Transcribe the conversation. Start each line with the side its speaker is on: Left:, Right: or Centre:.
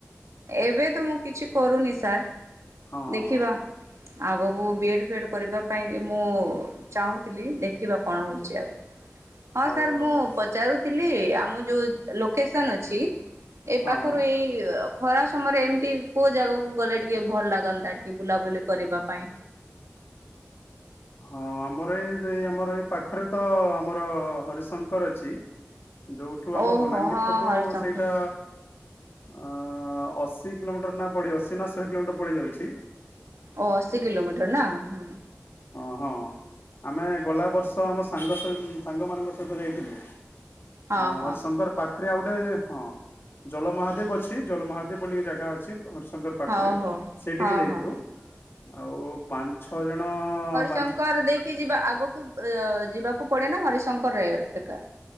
Right: ଏବେ ତ ମୁଁ କିଛି କରୁନି ସାର୍
Left: ହଁ ହଁ
Right: ଦେଖିବା
Left: ହଁ
Right: ଆଗ ମୁଁ ବିଏଡ଼୍ ଫିଏଡ଼୍ କରିବା ପାଇଁ ମୁଁ ଚାହୁଁଥିଲି ଦେଖ କିିବା କଣ ହଉଛି ଆଉ। ହଁ
Left: ହଉ
Right: ସାର୍
Left: ହଉ
Right: ମୁଁ
Left: ହଉ
Right: ପଚାରୁଥିଲି। ଆମ ଯୋଉ ଲୋକେସନ ଅଛି। ଏଇ
Left: ହଁ
Right: ପାଖରୁ ଏଇ ଖରା ସମୟରେ ଏମିତି କୋଉ ଜାଗାକୁ ଗଲେ ଟିକେ ଭଲ ଲାଗନ୍ତା ଟିକେ ବୁଲାବୁଲି କରିବା ପାଇଁ
Left: ହଁ ଆମର ଏଇ ଏଇ ଆମର ଏଇ ପାଖରେ ତ ଆମର ହରିଶଙ୍କର ଅଛି। ଯୋଉଠୁ ଆମ
Right: ଓହୋ
Left: ବଲାଙ୍ଗୀର
Right: ହଁ
Left: ପଟୁ
Right: ହରିଶଙ୍କର
Left: ସେଇଟା ଅ ଅଶୀ କିଲୋମିଟର ନା ପଡି ଅଶୀ ନା ଶହେ କିଲୋମିଟର ପଡିଯାଉଛି।
Right: ଓ ଅଶୀ କିଲୋମିଟର ନା ହ
Left: ଓ ହଁ ଆମେ ଗଲା ବର୍ଷ ଆମ ସାଙ୍ଗ ସାଙ୍ଗ ମାନଙ୍କ ସହିତ ଯାଇଥିଲୁ।
Right: ହଁ
Left: ଅ
Right: ହଁ।
Left: ହରିଶଙ୍କର ପାଖ ପାରେ ଆଉ ଗୋଟେ ହଁ ଜଳମହାଦେବ ଅଛି ଜଳମହାଦେବ ବୋଲି ଜାଗା ଅଛି। ହରିଶଙ୍କର ପାଖରେ
Right: ହଉ ହଉ
Left: ସେ
Right: ହଁ
Left: ଟିକେ ଯାଇଥିଲୁ
Right: ହଁ
Left: ଆଉ ପାଞ୍ଚ ଛଅ ଜଣ ପାଞ୍ଚ
Right: ଶଙ୍କର ଦେଇକି ଯିବା ଆଗକୁ ଯିବାକୁ ପଡେ ନା ହରିଶଙ୍କର ଏକା